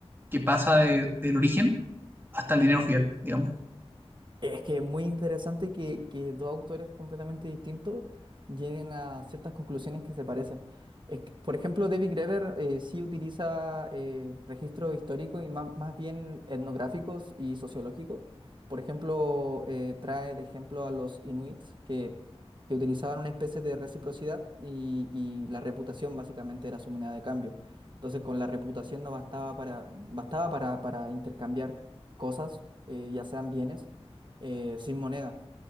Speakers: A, on the right; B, on the right.
A: que pasa de- del origen hasta el dinero fiat, digamos.
B: Es que es muy interesante que, que dos autores completamente distintos lleguen a ciertas conclusiones que se parecen. Es que, por ejemplo, David Graeber eh, sí utiliza eh, registros históricos y más, más bien etnográficos y sociológicos. Por ejemplo, eh, trae de ejemplo a los inuits que, que utilizaban una especie de reciprocidad y, y la reputación básicamente era su moneda de cambio. Entonces, con la reputación no bastaba para, bastaba para, para intercambiar cosas, eh, ya sean bienes eh, sin moneda.